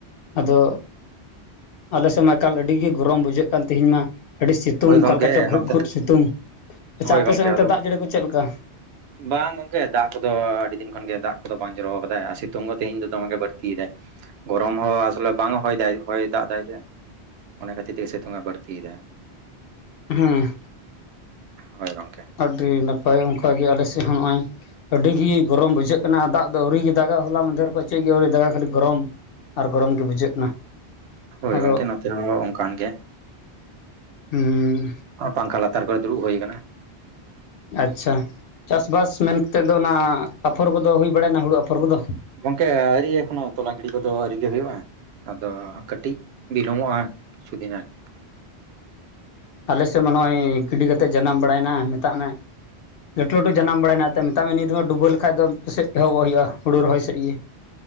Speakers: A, on the left; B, on the right.
A: ᱟᱫᱚ ᱟᱞᱮ ᱥᱮᱜ ᱢᱟ ᱮᱠᱟᱞ ᱟᱹᱰᱤᱜᱮ ᱜᱚᱨᱚᱢ ᱵᱩᱡᱷᱟᱹᱜ ᱠᱟᱱ ᱛᱤᱦᱤᱧ ᱢᱟ ᱟᱹᱰᱤ ᱥᱤᱛᱩᱝ
B: ᱚ ᱦᱳᱭ
A: ᱚᱠᱟ
B: ᱜᱚᱝᱠᱮ
A: ᱞᱮᱠᱟ ᱪᱚ ᱜᱷᱩᱴ
B: ᱱᱚᱛᱮ
A: ᱜᱷᱩᱴ ᱥᱤᱛᱩᱝ, ᱟᱪᱪᱷᱟ
B: ᱦᱳᱭ
A: ᱟᱯᱮ
B: ᱜᱚᱝᱠᱮ
A: ᱥᱮᱫ ᱱᱚᱛᱮ
B: ᱟᱫᱚ
A: ᱫᱟᱜ ᱡᱟᱹᱲᱤ ᱠᱚ ᱪᱮᱫ ᱞᱮᱠᱟ?
B: ᱵᱟᱝ ᱜᱚᱝᱠᱮ ᱫᱟᱜ ᱠᱚᱫᱚ ᱟᱹᱰᱤ ᱫᱤᱱ ᱠᱷᱚᱱ ᱜᱮ ᱫᱟᱜ ᱠᱚᱫᱚ ᱵᱟᱝ ᱡᱚᱨᱚ ᱟᱠᱟᱟᱭ ᱟᱨ ᱥᱤᱛᱩᱝ ᱫᱚ ᱛᱮᱦᱤᱧ ᱫᱚ ᱫᱚᱢᱮ ᱜᱮ ᱵᱟᱹᱲᱛᱤᱭᱮᱫᱟᱭ ᱜᱚᱨᱚᱢ ᱦᱚᱸ ᱟᱥᱚᱞ ᱵᱟᱝ ᱦᱚᱭ ᱫᱟᱭ ᱦᱚᱭ, ᱫᱟᱜ ᱫᱟᱭ ᱡᱮ ᱚᱱᱟ ᱠᱷᱟᱹᱛᱤᱨ ᱛᱮᱜᱮ ᱥᱤᱛᱩᱝ ᱮ ᱵᱟᱹᱲᱛᱤᱭᱮᱫᱟᱭ
A: ᱦᱩᱸ
B: ᱦᱳᱭ ᱜᱚᱝᱠᱮ
A: ᱟᱹᱰᱤ ᱱᱟᱯᱟᱭ ᱚᱝᱠᱟᱜ ᱜᱮ ᱟᱞᱮᱥᱮᱜ ᱦᱚᱸ ᱱᱚᱜᱼᱚᱭ ᱟᱹᱰᱤᱜᱤ ᱜᱚᱨᱚᱢ ᱵᱩᱡᱷᱟᱹᱜ ᱠᱟᱱᱟ ᱟᱨ ᱫᱟᱜᱽ ᱫᱚ ᱟᱹᱣᱨᱤ ᱜᱮ ᱫᱟᱜᱽ-ᱟ ᱦᱚᱞᱟ ᱢᱟᱫᱷᱮᱨ ᱠᱷᱚᱡ ᱪᱮᱜ ᱜᱤ ᱟᱹᱣᱨᱤ ᱫᱟᱜᱽ-ᱟᱭ ᱠᱷᱟᱹᱞᱤ ᱜᱚᱨᱚᱢ ᱟᱨ ᱜᱚᱨᱚᱢ ᱜᱮ ᱵᱩᱡᱷᱟᱹᱜ ᱠᱟᱱᱟ᱾
B: ᱦᱳᱭ
A: ᱟᱫᱚ
B: ᱜᱚᱝᱠᱮ ᱱᱚᱛᱮ ᱦᱚᱸ ᱚᱝᱠᱟᱱ ᱜᱮ᱾
A: ᱦᱩᱸ
B: ᱯᱟᱝᱠᱷᱟ ᱞᱟᱛᱟᱨ ᱠᱚᱨᱮ ᱫᱩᱲᱩᱵ ᱦᱩᱭ ᱠᱟᱱᱟ᱾
A: ᱟᱪᱪᱷᱟ, ᱪᱟᱥ-ᱵᱟᱥ ᱢᱮᱱ ᱠᱟᱛᱮ ᱫᱚ ᱚᱱᱟ ᱟᱯᱷᱚᱨ ᱠᱚᱫᱚ ᱦᱩᱭ ᱵᱟᱲᱟᱭᱮᱱᱟ ᱦᱩᱲᱩ ᱟᱯᱷᱚᱨ ᱠᱚᱫᱚ?
B: ᱜᱚᱝᱠᱮ ᱟᱹᱨᱤ ᱮᱠᱷᱚᱱᱳ ᱛᱚᱞᱟ ᱜᱤᱰᱤ ᱠᱚᱫᱚ ᱟᱹᱣᱨᱤᱜᱮ ᱦᱩᱭᱩᱜᱼᱟ᱾ ᱟᱫᱚ ᱠᱟᱹᱴᱤᱡ ᱵᱤᱞᱚᱢᱚᱜᱼᱟ ᱟᱨ ᱠᱤᱪᱷᱩ ᱫᱤᱱᱟᱜ
A: ᱟᱞᱮ ᱥᱮᱝ ᱢᱟ ᱱᱚᱜ-ᱚᱭ ᱜᱤᱰᱤ ᱠᱟᱛᱮ ᱡᱟᱱᱟᱢ ᱵᱟᱲᱟᱭᱮᱱᱟ ᱢᱮᱛᱟᱜ ᱢᱮ ᱞᱟᱹᱴᱩ ᱞᱟᱹᱴᱩ ᱡᱟᱱᱟᱢ ᱵᱟᱲᱟᱭᱮᱱᱟ ᱟᱫᱚ ᱢᱮᱛᱟᱜ ᱢᱮ ᱱᱤᱛ ᱦᱚᱸ ᱰᱩᱵᱟᱹ ᱞᱮᱠᱷᱟᱡ ᱫᱚ ᱯᱮᱥᱮᱜ ᱮᱦᱚᱵᱚᱜ ᱦᱩᱭᱩᱜᱼᱟ ᱦᱩᱲᱩ ᱨᱚᱦᱚᱭ ᱥᱮᱫ ᱜᱮ